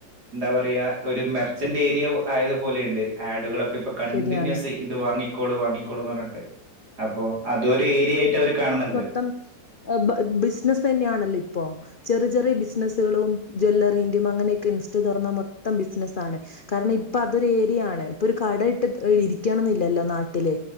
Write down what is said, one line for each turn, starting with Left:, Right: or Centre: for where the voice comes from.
Right: എന്താ പറയ ഒരു മർച്ചൻ്റ്ഏരിയ ആയതു പോലെണ്ട്, ആടുകളൊക്കെ ഇപ്പൊ കണ്ടിന്യൂസ്
Left: ശരിയാണ്
Right: ഇത് വാങ്ങിക്കോളും വാങ്ങിക്കോളൂ പറഞ്ഞിട്ട്. അപ്പോ അതൊരു. ഏരിയായിട്ട് അവർ കാണുന്നുണ്ട്.
Left: ത്തം <unintelligible> ബിസിനസ്സ് ന്നെയാണല്ലോ, ഇപ്പം. ചെറിയ ചെറിയ ബിസിനസ്സുകളും, ജ്യല്ലറിന്റെ, അങ്ങനെക്കെ ഇൻസ്റ്റാ തുറന്നാ മൊത്തം ബിസിനസ്സാണ്. കാരണം. ഇപ്പൊതൊരു ഏരിയാണ്. ഇപ്പൊ ഒരു കട ഇട്ട് ഇരിക്കണംന്നില്ലല്ലോ നാട്ടില്